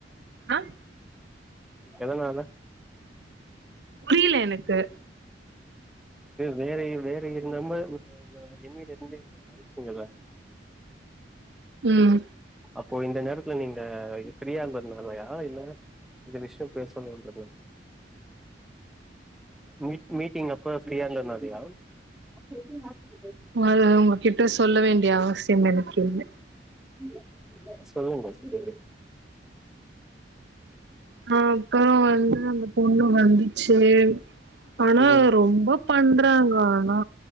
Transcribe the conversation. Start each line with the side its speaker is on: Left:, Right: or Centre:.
Right: ஆஹ்
Centre: எதனால
Right: புரியல எனக்கு
Centre: வேற வேற இருந்தாம ஆஹ் இன்விடேஷன்ல என்ன அழச்சீங்களா
Right: உம்
Centre: அப்போ இந்த நேரத்துல நீங்க ஃப்ரியா இருந்தனாலையா இல்ல இந்த விஷயம் பேசனும்றது மீட் மீட்டிங் அப்ப ஃப்ரியா இருந்தனாலையா ஏதும் யார்க்கும் தெரியாது
Right: முதல உங்ககிட்ட சொல்ல வேண்டிய அவசியம் எனக்கு இல்ல
Centre: இங்க தான் இருக்கேன் சொல்லுங்க சொல்லு
Right: ஆஹ் அப்புறம் வந்து போலாம் வந்துச்சு ஆனா
Centre: ம்
Right: ரொம்ப பண்றாங்க ஆனா